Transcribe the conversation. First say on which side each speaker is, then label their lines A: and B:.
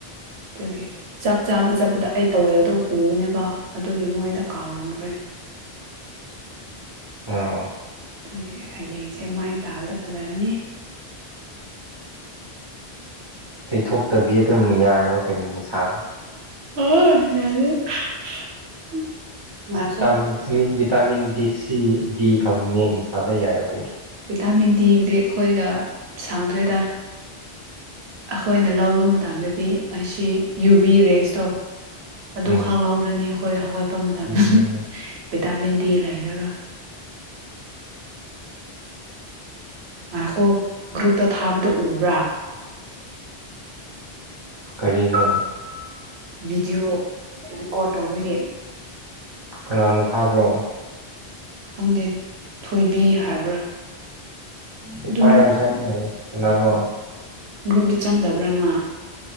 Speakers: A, on the right; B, on the right.
A: ꯑꯗꯨꯒꯤ ꯆꯥꯛ ꯆꯥꯕ ꯆꯠꯄꯗ ꯑꯩ ꯇꯧꯋꯦꯜꯗꯣ ꯄꯨꯕꯅꯦꯕ ꯑꯗꯨꯒꯤ ꯃꯣꯏꯗ ꯀꯥꯎꯔꯝꯒ꯭ꯔꯦ <inaudible>
B: ꯑꯣ
A: ꯇꯨꯒꯤ ꯍꯌꯦꯡꯁꯦ ꯃꯥꯏ ꯇꯥꯕꯗ ꯐꯖꯔꯅꯤ
B: ꯇꯩꯊꯣꯛꯇꯕꯤ ꯑꯗꯨꯝ ꯌꯥꯏꯔꯣ ꯀꯩꯅꯣ ꯅꯨꯡꯁꯥꯗ
A: <unintelligible> ꯉꯥꯏꯈꯣ
B: <unintelligible> ꯚꯤꯇꯥꯃꯤꯟ ꯗꯤ ꯁꯤ ꯗꯤ ꯐꯪꯕꯅꯦ ꯅꯨꯡꯁꯥꯗ ꯌꯥꯏꯔꯣ ꯀꯩꯅꯣ
A: ꯚꯤꯇꯥꯃꯤꯟ ꯗꯤꯒꯗꯤ ꯑꯈꯣꯏꯒ ꯁꯪꯗ꯭ꯔꯦꯗ ꯑꯈꯣꯏꯅ ꯂꯧꯕ ꯃꯇꯝꯗꯗꯤ ꯑꯁꯤ ꯌꯨꯚꯤ ꯔꯦꯁꯇꯣ ꯑꯗꯨꯈꯛ
B: ꯎꯝ
A: ꯂꯧꯔ ꯔꯅꯤ ꯑꯈꯣꯏ ꯍꯧꯒꯠꯄ ꯃꯇꯝꯗꯅꯤ
B: ꯎꯝ
A: ꯚꯤꯇꯥꯃꯤꯟ ꯗꯤ ꯂꯩꯔꯔꯣꯏ ꯉꯥꯈꯣ ꯒ꯭ꯔꯨꯞꯇ ꯊꯥꯕꯗ ꯎꯕ꯭ꯔꯥ
B: ꯀꯔꯤꯅꯣ
A: ꯚꯤꯗꯤꯑꯣ ꯔꯦꯀꯣꯔꯠ ꯇꯧꯕꯒꯤ
B: ꯀꯅꯥꯅ ꯊꯥꯕ꯭ꯔꯣ
A: ꯈꯪꯗꯦ ꯊꯣꯏꯕꯤ ꯍꯥꯏꯕ꯭ꯔꯥ
B: ꯍꯩꯄꯥ
A: ꯑꯗꯨ ꯅꯪ
B: ꯌꯥꯝ ꯁꯥꯏꯅꯦ ꯀꯅꯥꯅꯣ
A: ꯒ꯭ꯔꯨꯞꯇ ꯆꯪꯗꯕ꯭ꯔ ꯅꯪ